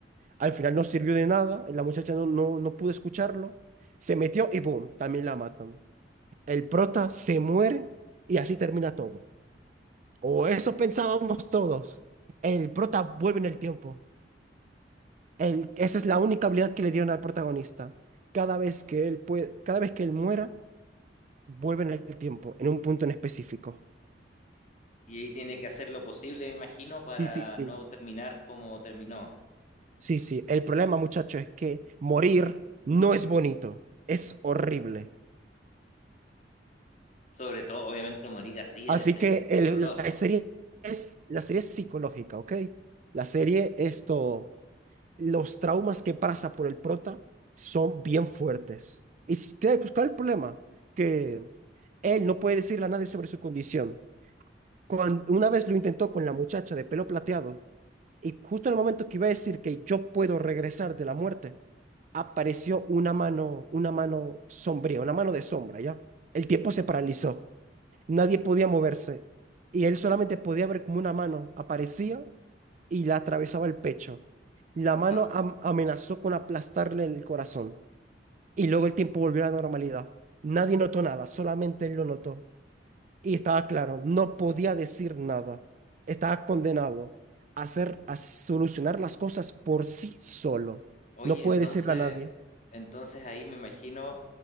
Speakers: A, on the right; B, on the left.
A: Al final no sirvió de nada, la muchacha no, no, no pudo escucharlo. Se metió y boom, también la matan. El prota se muere y así termina todo. O eso pensábamos todos. El prota vuelve en el tiempo el- esa es la única habilidad que le dieron al protagonista. Cada vez que él puede, cada vez que él muera, vuelve en el tiempo, en un punto en específico.
B: y ahí tiene que hacer lo posible, me imagino, para
A: Sí, sí, sí.
B: no terminar como terminó.
A: Sí, sí. El problema, muchacho, es que morir no es bonito, es horrible.
B: Sobre todo, obviamente, morir así debe
A: Así
B: ser
A: que el-
B: doloroso.
A: la serie es, la serie es psicológica, ¿ok? La serie, esto, los traumas que pasa por el prota son bien fuertes. ¿Y s- qué- pues, cuál es el problema? Que él no puede decirle a nadie sobre su condición. Cuando una vez lo intentó con la muchacha de pelo plateado, y justo en el momento que iba a decir que yo puedo regresar de la muerte, apareció una mano, una mano sombría, una mano de sombra, ¿ya? El tiempo se paralizó, nadie podía moverse, y él solamente podía ver como una mano aparecía y la atravesaba el pecho. La
B: Ajá.
A: mano am- amenazó con aplastarle el corazón, y luego el tiempo volvió a la normalidad. Nadie notó nada, solamente él lo notó. Y estaba claro, no podía decir nada. Estaba condenado a hacer,
B: Ent-
A: a solucionar las cosas por sí solo.
B: Oye,
A: No puede
B: entonces,
A: decirle a nadie.
B: entonces ahí me imagino